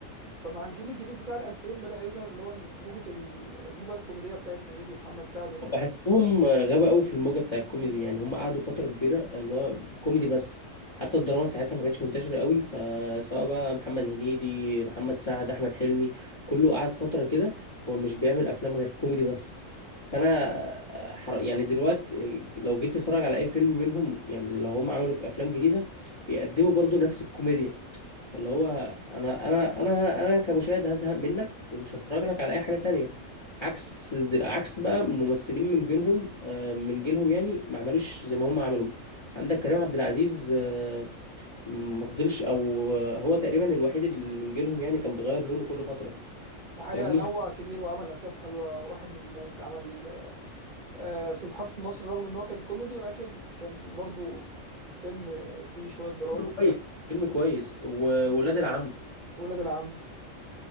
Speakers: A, on the right; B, on the left.
A: فمع الجيل الجديد بتاع ال 2000 بدأ يظهر اللي هو الموجة ال- الموجة الكوميدية بتاعت هنيدي ومحمد سعد والكلام
B: بحسهم
A: ده
B: غابة قوي في الموجة بتاع الكوميدي يعني هم قعدوا فترة كبيرة اللي هو كوميدي بس حتى الدراما ساعتها ما كانتش منتشرة قوي فسواء بقى محمد هنيدي محمد سعد أحمد حلمي كله قعد فترة كده هو مش بيعمل أفلام غير كوميدي بس فأنا حر... يعني دلوقتي لو جيت تتفرج على أي فيلم منهم يعني اللي هم عملوا في أفلام جديدة بيقدموا برضو نفس الكوميديا فاللي هو أنا أنا أنا أنا كمشاهد هزهق منك ومش هتفرج لك على أي حاجة تانية عكس عكس بقى ممثلين من جيلهم آه، من جيلهم يعني ما عملوش زي ما هم عملوا عندك كريم عبد العزيز آه، ما فضلش او آه، هو تقريبا الوحيد اللي من جيلهم يعني كان بيغير لونه كل فتره
A: الحقيقة
B: فاهمني
A: نوع كتير وعمل أفلام حلوة واحد من الناس عمل آه، في محطة مصر رغم إن هو كان كوميدي ولكن كان برضو فيلم فيه شوية دراما
B: فيلم كويس فيلم كويس وولاد
A: بالظبط
B: العم
A: ولاد العم